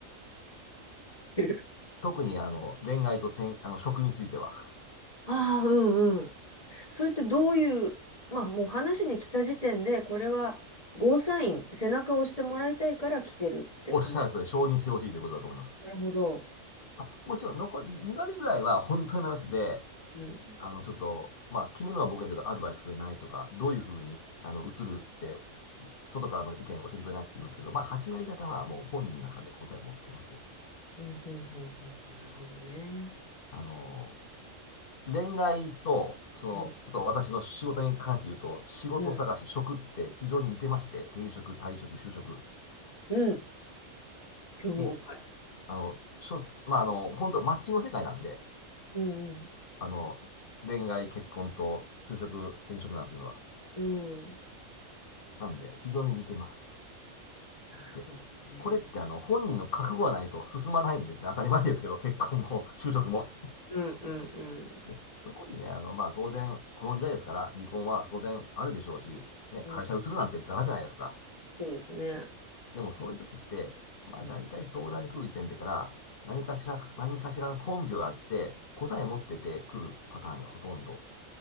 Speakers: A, on the left (about 25°); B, on the left (about 45°).
A: <laughs>
B: 特にあの、恋愛と転あの、職については、
A: ああ、うんうん。それってどういう、まあもう話に来た時点で、これはゴーサイン、背中を押してもらいたいから来てるって感じ。
B: <laughs> おっしゃる通り承認してほしいということだと思います。
A: なるほど。
B: あ、もちろん残り2割ぐらいは本当に迷ってて、
A: うん、
B: あの、ちょっと、まあ、決めるのは僕やけどアドバイスくれないとか、どういうふうに、あの、映るって、外からの意見教えてくれないって言いますけど、まあ、8割方はもう本人の中で答え持ってますよね。
A: うん、うん、うん、うんなるほどね。
B: あの、恋愛と、その、
A: うん、
B: ちょっと私の仕事に関して言うと、仕事探し、
A: うん、
B: 職って非常に似てまして、転職、退職、就職、
A: うん、興味深い。
B: もあの、しょ、まあ、あの、本当マッチングの世界なんで、
A: うん、
B: あの、恋愛、結婚と就職、転職なんていうのは。
A: うん、うん、
B: なんで、非常に似てます。
A: なるほどね。
B: で、これってあの、本人の覚悟がないと進まないんですね。当たり前ですけど、結婚も、<laughs> 就職も。
A: うん、うん、うん、
B: で、そこにね、あの、まあ、当然、この時代ですから、離婚は当然あるでしょうし、ね、会社移るなんてザラじゃないですか。
A: うん、そうですね。
B: でも、そういう時って、まあ、
A: うん、
B: 大体相談に来る時点でから、
A: うん
B: 何かしら、何かしらの根拠があって、答え持ってて来るパターンがほとんど。